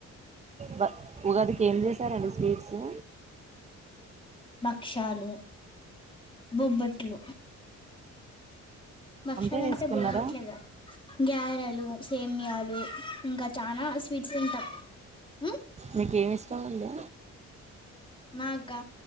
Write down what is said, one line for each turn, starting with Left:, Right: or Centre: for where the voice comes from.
Right: బ ఉగాదికి ఏం చేశారండి స్వీట్సు
Left: క్షాలు బొబ్బట్లు భక్షాలంటే
Right: అంతే వేసుకున్నారా
Left: బొబ్బట్లేగా గ్యారెలు, సేమ్యాలు ఇంకా చానా స్వీట్స్ తింటాం ఉ
Right: మీకు ఏం ఇష్టమండి
Left: నాకా